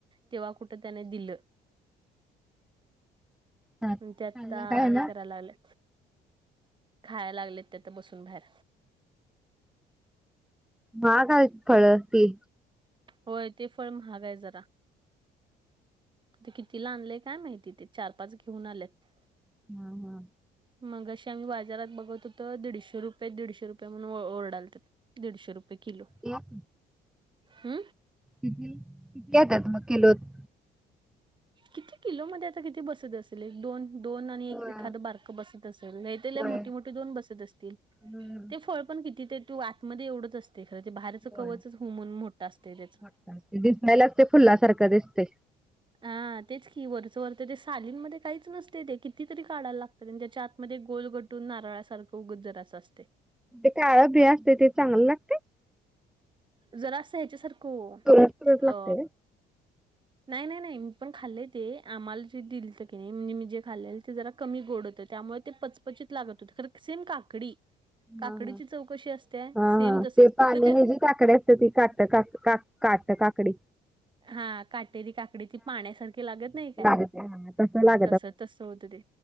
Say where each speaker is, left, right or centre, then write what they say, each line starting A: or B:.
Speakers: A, on the right (about 30°); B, in the centre.
A: तेव्हा कुठ त्यान दिलं
B: खाल्ला
A: त्या आता
B: काय
A: हे
B: ना.
A: कराय लागल्या खाया लागल्या त्यात तिथ बसून बाहेर
B: महाग हाइत फळ ती
A: होय ते फळ महाग आहे जरा ते कितीला आणलय काय माहिती ते चार पाच घेऊन आलेत
B: हा हा
A: मगाशी आम्ही बाजारात बघत होत दीडशे रुपय दीडशे रुपय म्हणून ओरडालतीत दीडशे रुपय किलो
B: एक
A: हू
B: कितील किती येतात मग कीलोत
A: किती किलो मध्ये आता कितीे बसत असेल एक दोन दोन आणि एक
B: होय
A: एखादं बारक बसत असल नाहीतर लई
B: होय
A: मोठी मोठी ते दोन बसत असतील
B: हम्म
A: ते फळ पण किती ते तू आतमध्ये येवढच अस ते खरं ते बाहेरचं
B: होय.
A: कवचच हू म्हणून मोठं असते त्याच
B: ते दिसायलाच ते फुलासारखं दिसतय
A: हा तेच की वरचं वरच ते सालींमध्ये काहीच नसते ते कितीतरी काढायला लाग त त्याच्या आतमध्ये गोल गटून नारळासारख उगच जरासं असतय
B: ते काळं बी असतय ते चांगलं लागतय
A: जरासं याच्यासारखं ओ
B: तुरट तुरट
A: अ
B: लागते काय?
A: नाही नाही नाही मी पण खाल्ले ते आम्हाला जे दिलत कीनी म्हणजे मी जे खाल्ले ते जरा कमी गोड होतं त्यामुळे ते पचपचीत लागत होत खर सेम काकडी काकडीची
B: हा हा
A: चव कशी असत्या
B: हा
A: सेम
B: हा
A: तसच
B: पाने
A: फक्त ते
B: हे जी काकडी असत्या ती काट काक का काट काकडी
A: हा काटेरी काकडी ती पाण्यासारखी लागत नाही काय
B: लागते हा तस लागते
A: तस तसं होतं